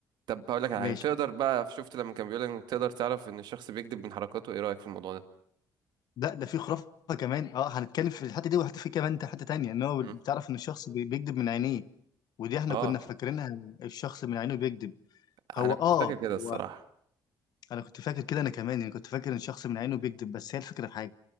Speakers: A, on the right (about 80°); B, on the left (about 65°).
A: طب هقول لك على
B: ماشي
A: حاجة تقدر بقى شفت لما كان بيقول إن تقدر تعرف إن الشخص بيكذب من حركاته إيه رأيك في الموضوع ده؟
B: لا ده في خرافه كمان اه هنتكلم في الحته دي وحته في كمان حته تانيه ان هو
A: مم.
B: بتعرف ان الشخص بي- بيكذب من عينيه ودي احنا
A: اه
B: كنا فاكرينها الشخص من عينه بيكذب
A: أنا
B: هو
A: كنت
B: اه
A: فاكر كده
B: هو
A: الصراحة
B: انا كنت فاكر كده انا كمان يعني كنت فاكر ان الشخص من عينه بيكذب بس هي الفكره في حاجه